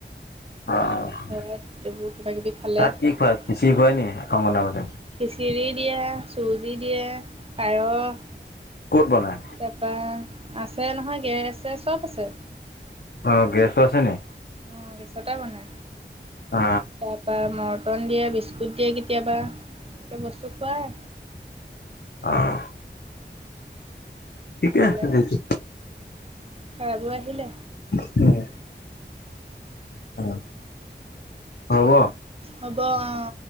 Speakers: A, on the left; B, on the right.
A: অ'।
B: ঘৰত এইবোৰ কিবা কিবি খালে।
A: তাত কি খুৱাই
B: খিচিৰি
A: খিচিৰি খুৱাই নি অংগনাবাদীত
B: দিয়ে। চুজি দিয়ে, পায়স।
A: ক'ত বনাই
B: তাপা আছে নহয় গেৰেজ ছেৰেজ চব আছে।
A: অ' গেছো আছে নি?
B: অ' গেছতে বনাই
A: অ
B: তাৰপা মৰ্টন দিয়ে, বিস্কুট দিয়ে কেতিয়াবা। এনেকে বস্তু খুৱাই।
A: অ'। ঠিকে
B: খালে
A: আছে
B: খাই বৈ আহিলে
A: <unintelligible> উম। অ', হব।
B: হ'ব অ